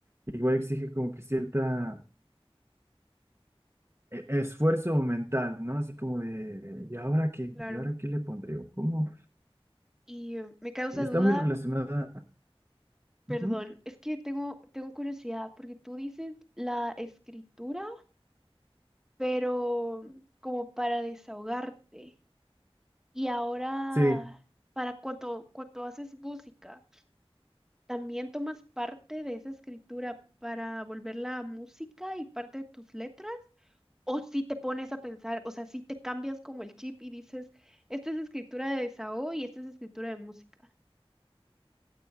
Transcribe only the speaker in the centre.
claro.
Y me causa
duda,
perdón,
es que tengo, tengo curiosidad, porque tú dices la escritura, pero como para desahogarte. Y ahora,
para cuando, cuando haces música, ¿también tomas parte de esa escritura para volverla a música y parte de tus letras? ¿O si te pones a pensar, o sea, si te cambias como el chip y dices, esta es escritura de desahogo y esta es escritura de música?